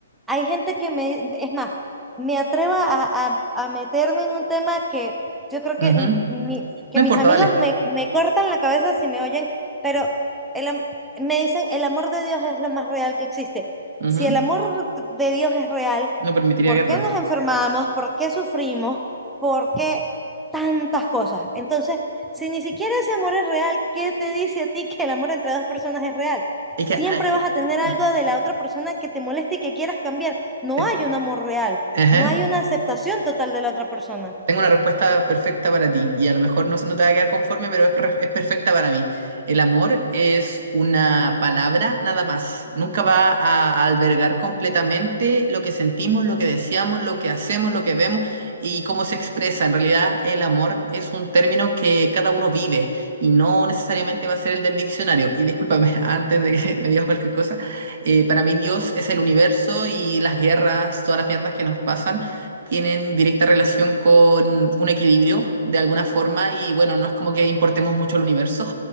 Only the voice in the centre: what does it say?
hay gente que me, es más, me atrevo a, a- a meterme en un tema que yo creo
que, n- mi- que
mis
amigos
me, me cortan la cabeza si me oyen, pero el am- me dicen, el amor de Dios es lo más real que existe.
Si el amor de Dios es real,
por
qué nos enfermamos, por qué sufrimos, por qué tantas cosas. Entonces, si ni siquiera ese amor es real, ¿qué te dice a ti que el amor entre dos personas es real?
Siempre
vas a tener algo
de la otra persona que te moleste y que quieras cambiar. No
hay un amor real,
no hay una aceptación total de la otra persona.